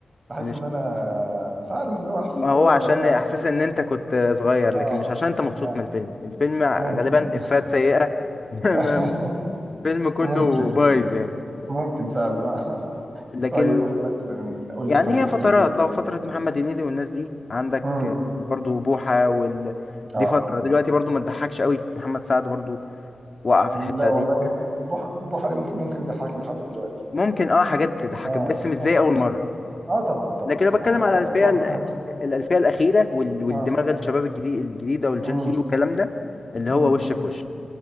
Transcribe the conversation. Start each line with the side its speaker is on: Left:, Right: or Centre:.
Right: بحس
Left: مش
Right: ان انا فعلا اللي هو احسن
Left: ما
Right: اللي
Left: هو
Right: هو
Left: عشان
Right: اللي انا
Left: احساس ان انت كنت صغير
Right: اه
Left: لكن مش عشان انت مبسوط
Right: اه
Left: من الفيلم الفيلم غالبا
Right: ممكن
Left: افات سيئه <laughs> الفيلم
Right: <laughs>
Left: كله
Right: ممكن
Left: بايظ يعني
Right: ممكن فعلا آه.
Left: لكن
Right: طيب قول لي مثلا قول لي
Left: يعني
Right: مثلا
Left: هي
Right: حاجات
Left: فترات
Right: جديده
Left: لو فتره محمد هنيدي والناس دي عندك
Right: امم
Left: برضو بوحه وال...
Right: اه
Left: دي فتره دلوقتي برضو ما تضحكش قوي محمد سعد برضو وقع
Right: لا
Left: في الحته
Right: والله
Left: دي
Right: بوح بوح عليه ممكن ممكن يضحكني لحد دلوقتي
Left: ممكن اه حاجات تضحكك
Right: اه
Left: بس مش زي
Right: <laughs>
Left: اول مره
Right: اه طبعا طبعا
Left: لكن انا
Right: طبعا
Left: بتكلم
Right: ده
Left: على
Right: طبعا
Left: الالفيه
Right: وقتها
Left: ال- الالفيه الاخيره وال- والدماغ
Right: اه
Left: الشباب الجديد الجديده والجين
Right: امم
Left: زي والكلام ده اللي
Right: امم
Left: هو وش في وش